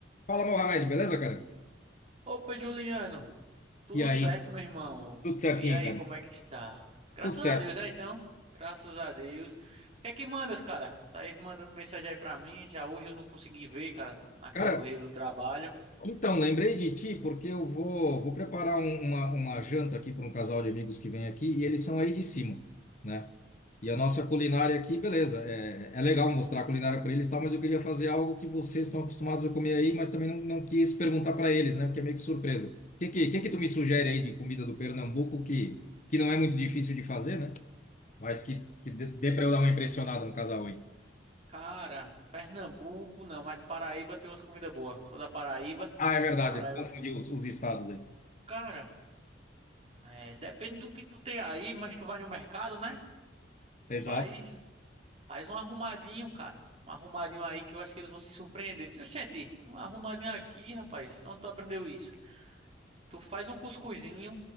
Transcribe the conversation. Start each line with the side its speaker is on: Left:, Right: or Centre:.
Left: Fala, Mohamed, beleza, cara?
Right: Opa, Juliano, tudo
Left: E aí?
Right: certo, meu irmão?
Left: Tudo certinho,
Right: E aí,
Left: cara?
Right: como é que está? Graças
Left: Tudo certo.
Right: a Deus, né, então? Graças a Deus. O que é que mandas, cara? Tá aí mandando mensagem aí pra mim. Já hoje eu não consegui ver, cara, naquela
Left: Cara,
Right: correria do trabalho.
Left: então, lembrei de ti porque eu vou, vou preparar um- uma, uma janta aqui para um casal de amigos que vem aqui e eles são aí de cima, né? E a nossa culinária aqui, beleza, é, é legal mostrar a culinária para eles, e tal, mas eu queria fazer algo que vocês estão acostumados a comer aí, mas também não, não quis perguntar para eles, né? Porque é meio que surpresa. O que, que, que que tu me sugere aí de comida do Pernambuco que, que não é muito difícil de fazer, né? Mas que, que dê para eu dar uma impressionada no casal, hein?
Right: Cara, Pernambuco não, mas Paraíba tem umas comidas boas. Sou da Paraíba.
Left: Ah, é verdade.
Right: Paraíba,
Left: Confundi os, os estados aí.
Right: cara, é, depende do que tu tem aí, mas tu vai no mercado, né?
Left: Exato.
Right: Faz Faz um arrumadinho, cara. Um arrumadinho aí que eu acho que eles vão se surpreender. Diz, gente, um arrumadinho aqui, rapaz. Onde tu aprendeu isso? Tu faz um cuscuzinho,